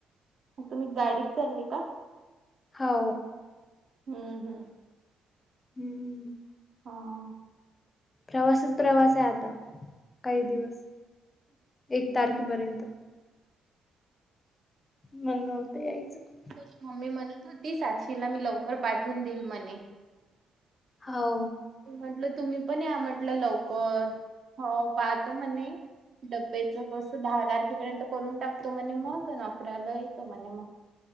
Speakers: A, on the right; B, on the left.
A: ग तुम्ही गाडीत चालले का.
B: हा.
A: हम्म हम्म
B: हम्म
A: हा
B: प्रवासच प्रवास आहे आता काही दिवस एक तारखेपर्यंत. नव्हतं <inaudible>
A: तुझी मम्मी म्हणत होती साक्षीला मी लवकर पाठवून दिल मने,
B: हो
A: म्हटलं तुम्ही पण या म्हटलं लवकर हो पाहतो म्हणे. डब्बेच कसं दहा तारखेपर्यंत करून टाकतो म्हणे मग आणि अकराला येतो म्हणे मग. ह <inaudible>